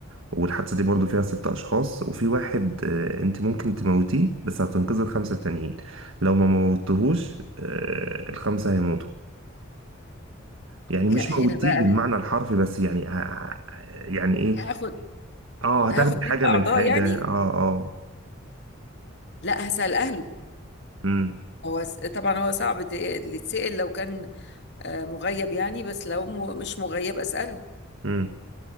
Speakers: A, on the right (about 70°); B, on the left (about 55°).
A: والحادثة دي برضو فيها ست أشخاص وفي واحد آه، أنت ممكن تموتيه بس هتنقذي الخمسة التانيين لو ما موتتهوش آه، الخمسة هيموتوا يعني
B: لا
A: مش موتيه
B: هنا بقى
A: بالمعنى الحرفي بس يعني ه- يعني إيه
B: هاخد
A: آه هتاخدي
B: هاخد
A: حاجة
B: منه
A: من
B: أعضاء
A: حاجة
B: يعني
A: آه آه
B: لا هسأل أهله
A: امم
B: هو س- طبعا هو صعب ت- اللي يتسأل لو كان آه، مغيب يعني بس لو م- مش مغيب أسأله
A: امم